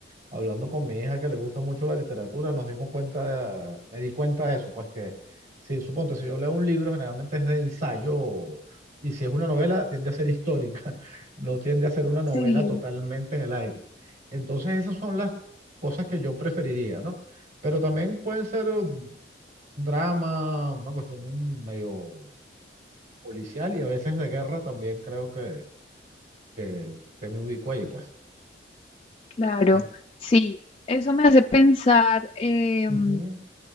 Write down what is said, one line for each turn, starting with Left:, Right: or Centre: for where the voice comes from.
Right: hablando con mi hija que le gusta mucho la literatura, nos dimos cuenta de- me di cuenta de eso, pues que si suponte, si yo leo un libro, generalmente es de ensayo, y si es una novela, tiende a ser histórica, <laughs> no tiende a ser una novela
Left: Sí,
Right: totalmente en el aire. Entonces, esas son las cosas que yo preferiría, ¿no? Pero también pueden ser eh, un drama, una cuestión medio policial y a veces de guerra también creo que, que, que me ubico ahí, pues.
Left: claro.
Right: Bien.
Left: Sí, eso me hace pensar, em,
Right: Ujú,